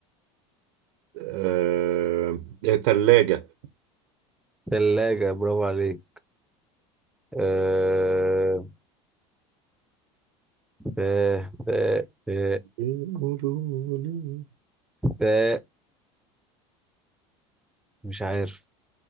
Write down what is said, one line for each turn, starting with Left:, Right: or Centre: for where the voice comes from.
Right: آه، تلاجة
Centre: ثلاجة برافو عليك آه ث ث ث
Right: بيقولوا لي
Centre: ث مش عارف